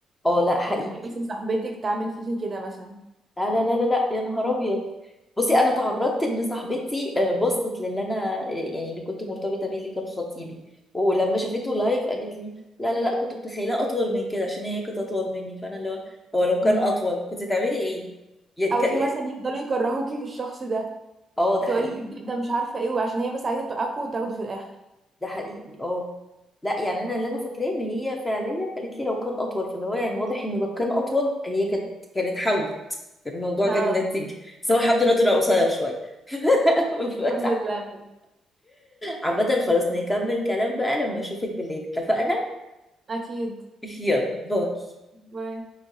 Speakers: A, on the left; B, on the right.
A: اه لا حقيقي
B: يعني تخيلي مثلا صاحبتك تعمل فيكي كده مثلا
A: لا لا لا لا لا، يا نهار ابيض بصي انا تعرضت ان صاحبتي آه، بصت للي انا آه، يعني اللي كنت مرتبطه بيه اللي كان خطيبي ولما شافته لايف قالت لي لا لا لا كنت متخيله اطول من كده عشان هي كانت اطول مني فانا اللي هو هو لو كان
B: مم.
A: اطول كنت تعملي ايه يعني
B: او
A: كان
B: في
A: ايه
B: مثلا يفضلوا يكرهوكي في الشخص ده
A: اه ده
B: تقولي
A: حقيقي
B: ده مش عارفه ايه وعشان هي بس عايزه توقعكوا وتاخدوا في الاخر
A: ده حقيقي اه لا يعني انا اللي انا فاكراه ان هي فعليا قالت لي لو كان اطول فاللي هو يعني واضح انه لو كان اطول هي كانت كانت حاولت كان الموضوع
B: اه
A: جاب نتيجه بس هو الحمد لله طلع قصير شويه <laughs>
B: الحمد لله
A: عامة خلاص نكمل كلام بقى لما اشوفك بالليل اتفقنا
B: أكيد
A: <laughs> يلا باي
B: باي